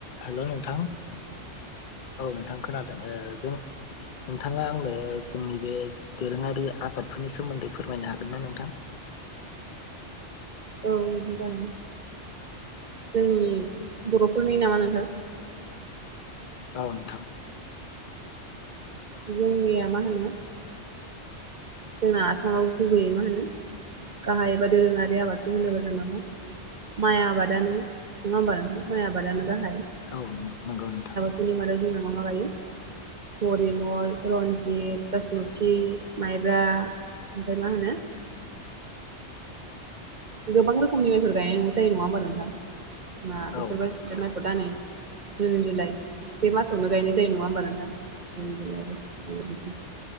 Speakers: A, on the left (about 50°); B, on the right (about 45°).
A: हेल' नोंथां औ नोंथां खोनादों ओ जों नोंथाङा आंनो जोंनि बे दोरोङारि आबादफोरनि सोमोन्दै फोरमायनो हागोन ना नोंथां?
B: औ बे जागोन जोंनि बर'फोरनि नामा नोंथां?
A: औ नोंथां
B: जोंनिया मा होनो जोंना आसामाव गुबैयै मा होनो गाहाय एबा दोरोङारि आबादखौ होनोबा जोंना मा माइ आबादानो नङा होमबा नोंथां माइ आबादानो गाहाय
A: औ नंगौ नोंथां
B: बिनि मादाव जोंना मा मा गायो हरिमल, रन्जित, बासमुति खुमब्रा ओमफ्राय मा होनो गोबां रोखोमनि माइफोर गायनाय जायो नङा होमबा नोंथां ना बेफोरबाय
A: औ नंगौ नोंथां
B: दा नै जुन -जुलाइ बे मासावनो गायनाय जायो नङा होमबा नोंथां। जुन जुलाइ